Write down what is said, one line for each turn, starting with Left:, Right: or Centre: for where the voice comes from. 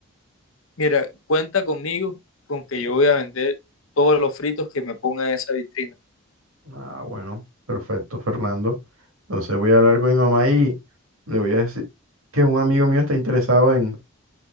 Left: Mira, cuenta conmigo con que yo voy a vender todos los fritos que me pongan en esa vitrina.
Right: Ah, bueno, perfecto, Fernando. Entonces voy a hablar con mi mamá y le voy a decir que un amigo mío está interesado en,